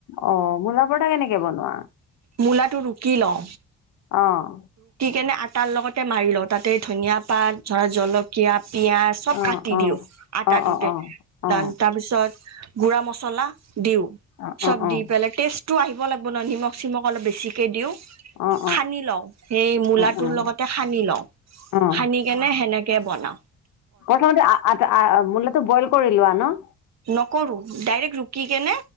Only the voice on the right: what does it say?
মূলাটো ৰুকি লও।
মানে আটাৰ লগতে মাৰি লওঁ তাতে ধনিয়া পাত ধৰ জলকীয়া পিয়াজ চব
কাটি
দিওঁ আটাটোতে
দান তাৰপিছত গুৰা মছলা দিও
চব
দি পেলাই টেষ্টটো আহিব লাগিব ন নিমখ চিমখ অলপ বেছিকে দিও
সানি লও সে- গোলাটোৰ
লগতে সানি লও
সানি কেনে সেনেকে বনাও।
নকৰো ডাইৰেক্ট ৰুকি কেনে